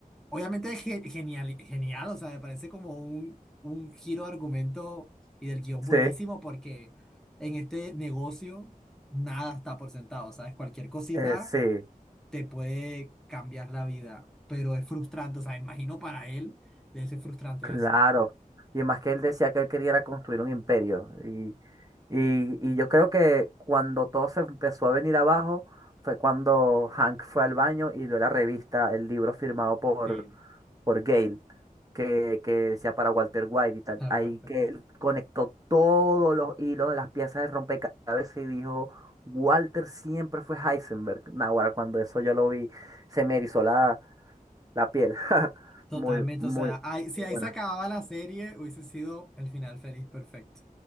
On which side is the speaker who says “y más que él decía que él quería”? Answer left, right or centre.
Right